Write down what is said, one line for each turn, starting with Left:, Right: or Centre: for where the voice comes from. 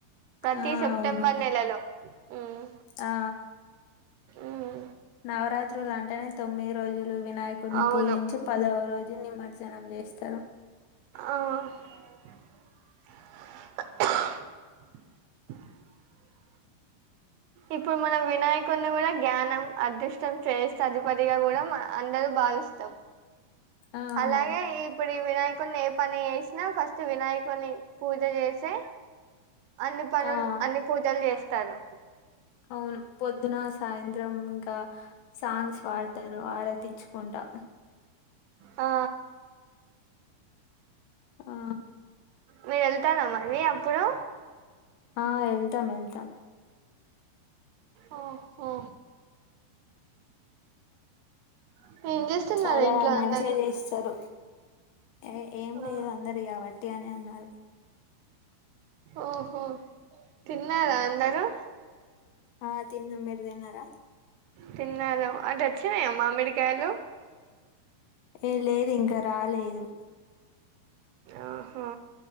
Right: ప్రతి
Left: ఆ
Right: సెప్టెంబర్
Left: అవును
Right: నెలలో ఉమ్
Left: ఆ
Right: ఉమ్,
Left: నవరాత్రులు అంటేనే తొమ్మిది రోజులు వినాయకుడిని
Right: అవును
Left: పూజించి పదవ రోజు నిమజ్జనం చేస్తారు
Right: ఆహ్ <inaudible> ఇప్పుడు మనం వినాయకుడిని కూడా జ్ఞనం అదృష్టం చేస్తే అధపతిగా కూడా మా అందరూ భావిస్తాం
Left: ఆ
Right: అలాగే
Left: అవును
Right: ఇప్పుడు ఈ వినాయకుడిని ఏ పని చేసినా ఫస్ట్ వినాయకు కొన్ని పూజ చేసి అన్ని పనులు
Left: ఆ
Right: అన్ని పూజలు చేస్తారు
Left: అవును పొద్దున సాయంత్రం ఇంకా సాంగ్స్ పాడతారు ఆరా తిచ్చుకుంటా
Right: ఆ
Left: ఆ
Right: మీరు వెళ్తారా మళ్ళీ అప్పుడు
Left: ఆ వెళ్తాం వెళ్తాం
Right: ఓహో <inaudible> చేస్తున్నారు
Left: చాలా
Right: ఇంట్లో
Left: మంచిగా
Right: అందరూ
Left: చేస్తారు ఏ ఏం
Right: ఆ
Left: లేదు అందది కాబట్టి అని అన్నారు
Right: ఓహో తిన్నరా అందరు
Left: ఆ తిన్నం మీరుతిన్నారా
Right: తిన్నాం అటు వచ్చినాయ మామిడికాయలు
Left: ఏ లేదు ఇంకా రాలేదు
Right: ఆహో